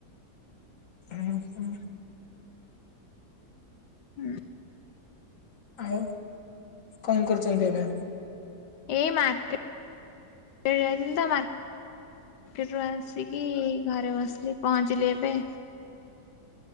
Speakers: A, on the left; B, on the left.
A: ହଁ ହଁ।
B: ହୁଁ।
A: ଆଉ। କଣ କରୁଛନ୍ତି ଏବେ।
B: ଏଇ ମାର୍କେଟ ଯାଇଥିଲି ତ ମାର କେଟ ରୁ ଆସିକି ଘରେ ବସିଲି ପହଞ୍ଚିଲି ଏବେ।